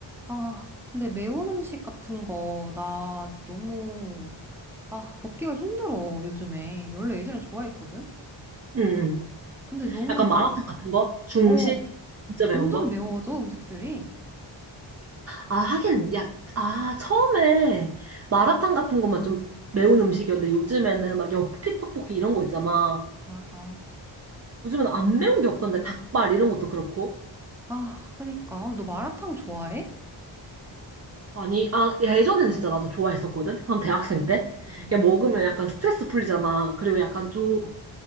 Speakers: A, in the centre; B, on the right.
A: 아, 근데 매운 음식 같은 거, 나 진짜 너무, 아, 먹기가 힘들어, 요즘에. 원래 예전에 좋아했거든?
B: 응, 응.
A: 근데 너무
B: 약간
A: 요즘에,
B: 마라탕 같은 거? 중식?
A: 어,
B: 진짜
A: 점점
B: 매운 거?
A: 매워져, 음식들이.
B: 아, 하긴, 야, 아, 처음에 마라탕 같은 것만 좀 매운 음식이었는데 요즘에는 막 엽기 떡볶이 이런 거 있잖아.
A: 맞아.
B: 요즘에는 안 매운 게 없던데 닭발 이런 것도 그렇고.
A: 아, 그니까. 어, 너 마라탕 좋아해?
B: 아니, 아, 예전에는 진짜 나도 좋아했었거든? 한 대학생 때?
A: 음,
B: 야, 먹으면 약간 스트레스 풀리잖아. 그리고 약간 좀